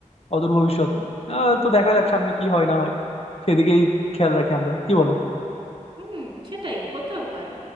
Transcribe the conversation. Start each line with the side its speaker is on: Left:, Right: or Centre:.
Left: অদূর ভবিষ্যতে আহ, তো দেখা যাক সামনে কি হয় না হয় সেদিকেই খেয়াল রাখি আমরা কি বলো
Right: হুম সেটাই হতেও পারে